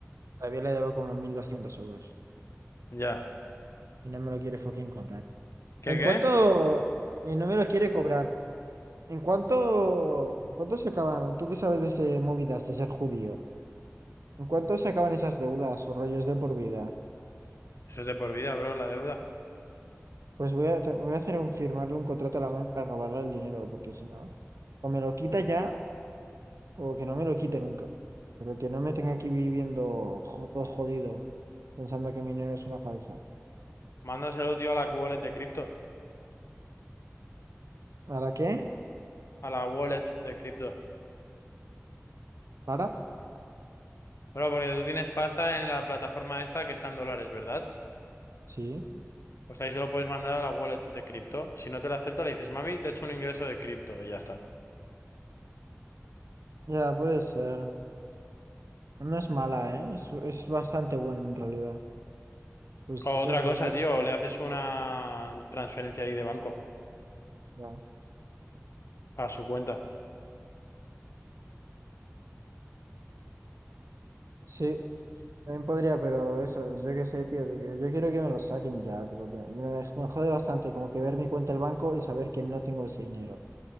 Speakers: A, on the right (about 80°); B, on the left (about 60°).
A: Todavía le debo como 1.200 euros.
B: Ya.
A: Y no me lo quiere fucking cobrar.
B: ¿Qué
A: ¿En
B: qué?
A: cuánto? Y no me lo quiere cobrar. ¿En cuánto? ¿En cuánto se acaban? ¿Tú qué sabes de ese movidas de ser judío? ¿En cuánto se acaban esas deudas o rollos de por vida?
B: Eso es de por vida, bro, la deuda.
A: Pues voy a, te- voy a hacer un firmarle un contrato a la mano para robarle el dinero, porque si no, o me lo quita ya, o que no me lo quite nunca. Pero que no me tenga aquí viviendo jo- todo jodido, pensando que mi dinero es una falsa.
B: Mándaselo, tío, a la wallet de cripto.
A: ¿Para qué?
B: A la wallet de cripto.
A: ¿Para?
B: Bro, porque tú tienes pasta en la plataforma esta que está en dólares, ¿verdad?
A: Sí.
B: Pues ahí se lo puedes mandar a la wallet de cripto. Si no te la acepta, le dices, mami, te he hecho un ingreso de cripto y ya está.
A: Ya, puede ser. No es mala, ¿eh? Es, es bastante buena en realidad. Pues
B: O otra
A: eso,
B: cosa,
A: ya,
B: tío, le haces una transferencia ahí de banco
A: ya.
B: a su cuenta.
A: Sí, también podría, pero eso, yo qué sé, tío, de que yo quiero que me lo saquen ya, tipo, que me, dej- me jode bastante como que ver mi cuenta del banco y saber que no tengo ese dinero.